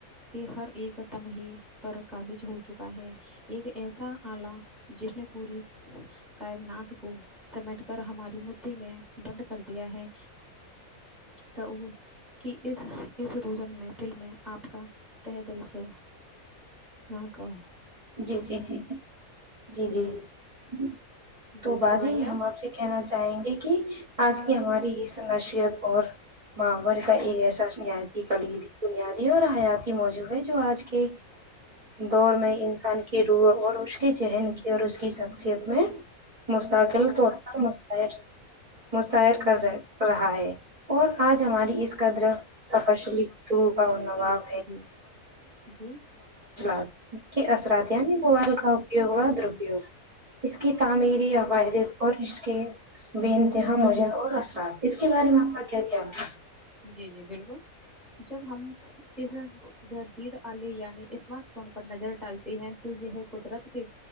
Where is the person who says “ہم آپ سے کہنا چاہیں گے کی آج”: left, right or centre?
Right